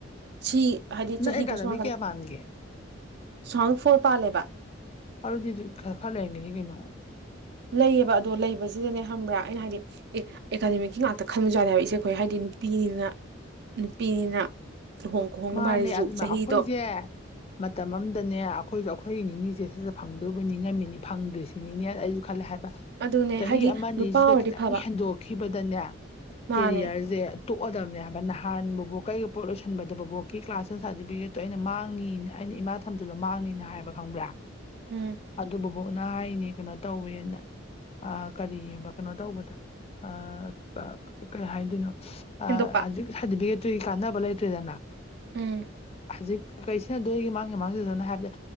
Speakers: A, on the right; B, on the left.
A: ꯁꯤ ꯍꯥꯏꯗꯤ
B: ꯅꯪ
A: ꯆꯍꯤꯗ
B: ꯑꯦꯀꯥꯗꯃꯤ
A: ꯁꯣꯝ ꯅꯥꯀꯟ
B: ꯀꯌꯥ ꯄꯥꯟꯒꯦ
A: ꯇꯨ ꯊꯥꯎꯖꯟ ꯐꯣꯔ ꯄꯥꯜꯂꯦꯕ
B: ꯑꯗꯨꯗꯤ ꯈꯔ ꯈꯔ ꯂꯩꯔꯟꯒꯤꯅꯤ ꯀꯩꯅꯣ
A: ꯂꯩꯌꯦꯕ ꯑꯗꯣ ꯂꯩꯕꯁꯤꯗꯅꯦ ꯈꯪꯕ꯭ꯔꯥ ꯑꯩꯅ ꯍꯥꯏꯗꯤ ꯑꯦ ꯑꯦꯀꯥꯗꯃꯤꯛꯀꯤ ꯉꯥꯛꯇ ꯈꯟꯕꯖꯥꯗꯦ ꯍꯥꯏꯕ ꯏꯆꯦ ꯑꯩꯈꯣꯏ ꯍꯥꯏꯗꯤ ꯅꯨꯄꯤꯅꯤꯅ ꯅꯨꯄꯤꯅꯤꯅ ꯂꯨꯍꯣꯡ ꯈꯣꯡꯗꯣꯡꯕ
B: ꯃꯥꯅꯦ
A: ꯍꯥꯏꯔꯤꯁꯨ
B: ꯑꯗꯨꯃ
A: ꯆꯍꯤꯗꯣ
B: ꯑꯩꯈꯣꯏꯁꯦ ꯃꯇꯝ ꯑꯝꯗꯅꯦ ꯑꯩꯈꯣꯏꯁꯨ ꯑꯩꯈꯣꯏꯒꯤ ꯅꯤꯡꯉꯤꯁꯦ ꯁꯠꯁꯠ ꯐꯪꯗꯣꯏꯕꯨ ꯅꯤꯡꯉꯝꯃꯤꯅꯤ ꯐꯪꯗ꯭ꯔꯤꯁꯤꯅꯤꯅꯦ ꯑꯩꯁꯨ ꯈꯜꯂꯦ ꯍꯥꯏꯕ
A: ꯑꯗꯨꯅꯦ
B: ꯆꯍꯤ
A: ꯍꯥꯏꯗꯤ
B: ꯑꯃ ꯑꯅꯤꯁꯤꯗ
A: ꯅꯨꯄꯥ ꯑꯣꯏꯔꯗꯤ
B: ꯈꯤꯇꯪ
A: ꯐꯕ
B: ꯍꯦꯟꯗꯣꯛꯈꯤꯕꯗꯅꯦ
A: ꯃꯥꯅꯦ
B: ꯀꯦꯔꯤꯌꯔꯁꯦ ꯇꯣꯛꯑꯗꯕꯅꯦ ꯍꯥꯏꯕ ꯅꯍꯥꯟ ꯕꯨꯕꯣꯀꯥ ꯑꯩꯒ ꯄꯣꯠ ꯂꯣꯏꯁꯟꯕ ꯑꯗꯨ ꯕꯨꯕꯣꯛꯀꯤ ꯀ꯭ꯂꯥꯁ ꯇꯦꯟ ꯁꯥꯔꯇꯤꯐꯤꯀꯦꯠꯇꯣ ꯑꯩꯅ ꯃꯥꯡꯅꯤ ꯑꯩꯅ ꯏꯃꯥ ꯊꯝꯖꯤꯂꯨ ꯃꯥꯡꯅꯤꯅ ꯍꯥꯏꯕ ꯈꯪꯕ꯭ꯔꯥ
A: ꯎꯝ
B: ꯑꯗꯨ ꯕꯨꯕꯣꯛꯅ ꯍꯥꯏꯅꯤ ꯀꯩꯅꯣ ꯇꯧꯋꯦꯅ ꯑꯥ ꯀꯔꯤ ꯀꯩꯅꯣ ꯇꯧꯕꯗꯣ ꯑꯥ ꯀꯩ ꯍꯥꯏꯗꯣꯏꯅꯣ ꯑꯥ
A: ꯍꯦꯟꯗꯣꯛꯄ
B: ꯍꯧꯖꯤꯛ ꯁꯥꯔꯇꯤꯐꯤꯀꯦꯠꯇꯨꯒꯤ ꯀꯥꯟꯅꯕ ꯂꯩꯇ꯭ꯔꯦꯗꯅ
A: ꯎꯝ
B: ꯍꯧꯖꯤꯛ ꯀꯔꯤ ꯁꯤꯅꯗꯣ ꯑꯩꯒꯤ ꯃꯥꯡꯒꯦ ꯃꯥꯡꯖꯁꯅꯣꯅ ꯍꯥꯏꯕꯗꯥ